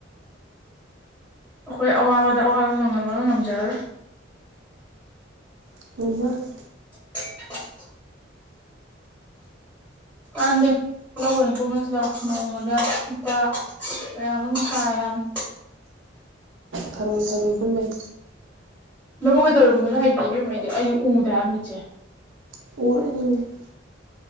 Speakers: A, in the centre; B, on the right.
A: ꯑꯩꯈꯣꯏ ꯑꯋꯥꯕꯗ ꯑꯋꯥꯕꯖꯨ ꯉꯝꯃꯔ‌ꯣꯏ ꯉꯝꯖꯔꯔꯣꯏ
B: <unintelligible>
A: <inaudible> ꯄꯥꯝꯗ‌ꯦ ꯂꯧꯑꯣꯏ ꯀꯨꯃꯖꯤ ꯂꯥꯎ ꯅꯣꯡꯃꯗ ꯂꯨꯄꯥ ꯀꯌꯥ ꯅ‌ꯣꯝ ꯁꯥꯏ ꯍꯥꯏꯕꯅ‌ꯦ
B: ꯊꯔꯣꯏ ꯊꯔꯣꯏ ꯈꯨꯟꯕꯩ
A: ꯂꯧꯒꯗꯧ ꯀꯨꯝꯕꯖꯨ ꯍꯩꯇ‌ꯦ ꯏꯕ‌ꯦꯝꯃ ꯑꯩꯗꯤ ꯑꯩꯗꯤ ꯎꯗ‌ꯦ ꯍꯥꯏꯕ ꯃꯨꯠꯁꯦ
B: <unintelligible>